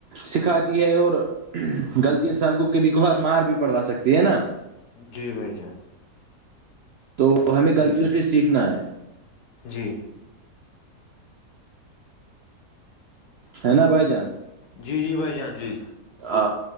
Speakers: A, on the right; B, on the left.
A: سکھاتی ہے اور غلطی انسان کو کبھی کبھار مار بھی پڑھوا سکتی ہے نا
B: جی بھائی جان
A: تو ہمیں غلطیوں
B: جی جی
A: سے سیکھنا ہے
B: جی
A: ہے نا بھائی جان
B: جی جی بھائی جان جی
A: ا